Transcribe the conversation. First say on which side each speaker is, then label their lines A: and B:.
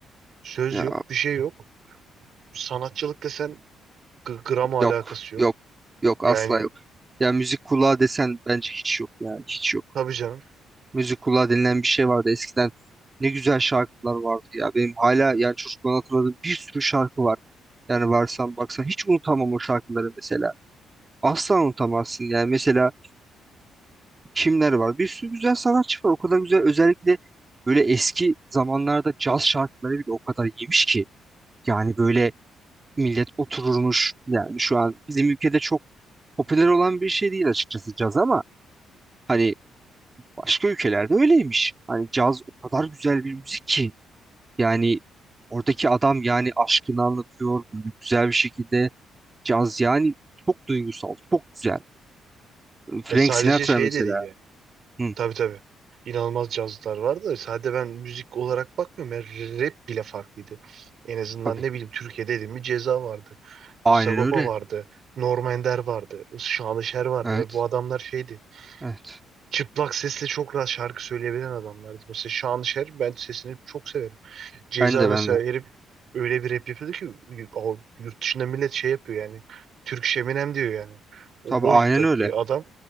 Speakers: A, on the right; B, on the right.
A: Söz
B: Ya
A: yok, bir şey yok. Sanatçılıkla sen g- gram alakası
B: Yok,
A: yok.
B: yok, yok
A: Yani
B: asla yok. Ya müzik kulağı desen bence hiç yok yani hiç yok.
A: tabii canım.
B: Müzik kulağı denilen bir şey vardı eskiden. Ne güzel şarkılar vardı ya. Benim hala yani çocukluğumdan hatırladığım bir sürü şarkı var. Yani varsan baksan hiç unutamam o şarkıları mesela. Asla unutamazsın yani mesela kimler var? Bir sürü güzel sanatçı var. O kadar güzel özellikle böyle eski zamanlarda caz şarkıları bile o kadar iyiymiş ki. Yani böyle millet otururmuş yani şu an bizim ülkede çok popüler olan bir şey değil açıkçası caz ama hani başka ülkelerde öyleymiş. Hani caz o kadar güzel bir müzik ki yani oradaki adam yani aşkını anlatıyor böyle güzel bir şekilde caz yani çok duygusal, çok güzel. Frank
A: Ya sadece
B: Sinatra
A: şey
B: mesela.
A: de değil yani.
B: Hı,
A: Tabii tabii. İnanılmaz cazlar var da sadece ben müzik olarak bakmıyorum. ya rap bile farklıydı. En azından
B: tabii.
A: ne bileyim Türkiye'de dedim mi Ceza vardı.
B: Aynen
A: Sagopa
B: öyle.
A: vardı. Norm Ender vardı. Şanışer vardı
B: Evet.
A: ve bu adamlar şeydi.
B: Evet.
A: Çıplak sesle çok rahat şarkı söyleyebilen adamlardı. Mesela Şanışer ben sesini çok severim. Ceza
B: Ben de
A: mesela
B: ben de.
A: herif öyle bir rap yapıyordu ki o yurt dışında millet şey yapıyor yani. Türk Şeminem diyor yani. O
B: Tabii
A: boyuttaki
B: aynen öyle.
A: adam